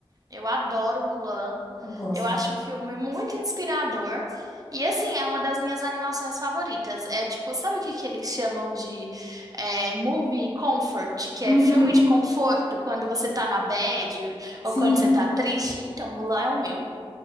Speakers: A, on the right; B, on the left.
A: Eu adoro Mulan.
B: eu gosto.
A: Eu acho um filme muito inspirador. E assim, é uma das minhas animações favoritas. É tipo, sabe o que que eles chamam de é, movie comfort, que é
B: Uhum,
A: filme de conforto quando você tá na bad ou
B: sim.
A: quando você tá triste? Então, Mulan é o meu.